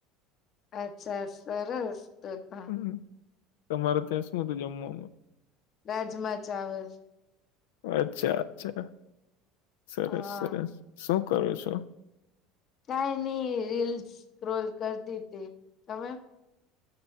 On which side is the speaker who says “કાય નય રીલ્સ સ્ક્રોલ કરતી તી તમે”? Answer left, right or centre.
Left